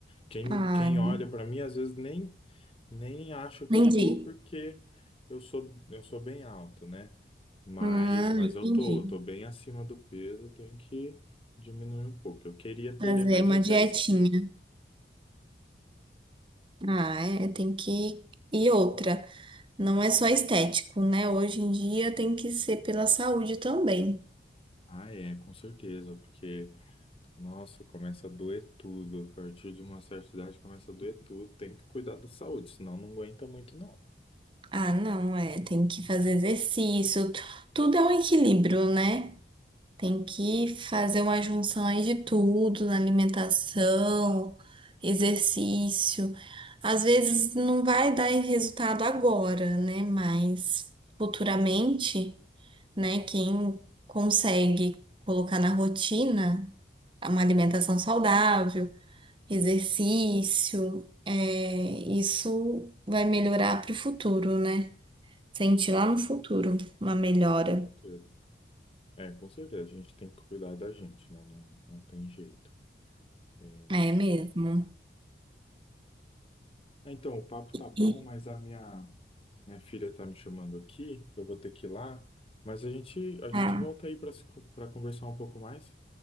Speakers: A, on the left; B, on the right.
A: Quem,
B: Ai,
A: quem olha para mim às vezes nem, nem acha que
B: entendi.
A: eu tô porque eu sou eu sou bem alto, né? Mas
B: Ah,
A: mas eu
B: entendi.
A: tô, eu tô bem acima do peso, eu tenho que diminuir um pouco. Eu queria perder
B: Fazer
A: mais
B: uma
A: uns
B: dietinha.
A: 10 quilos.
B: Ah, é, tem que. E outra, não é só estético, né? Hoje em dia tem que ser pela saúde também.
A: Ah, é, com certeza, porque nossa, começa a doer tudo. A partir de uma certa idade começa a doer tudo. Tem que cuidar da saúde, senão não aguenta muito não.
B: Ah, não, é, tem que fazer exercício. Tudo é um equilíbrio, né? Tem que fazer uma junção aí de tudo, na alimentação, exercício. Às vezes não vai dar resultado agora, né? Mas futuramente, né? Quem consegue colocar na rotina uma alimentação saudável, exercício, é, isso vai melhorar para o futuro, né? Sentir
A: Não,
B: lá no futuro uma melhora.
A: não, com certeza. É, com certeza, a gente tem que cuidar da gente, né? Não, não tem jeito. É,
B: É mesmo.
A: É, Então, o papo tá bom,
B: E,
A: mas a minha minha filha tá me chamando aqui. Eu vou ter que ir lá, mas a gente a gente
B: ah,
A: volta aí para para conversar um pouco mais,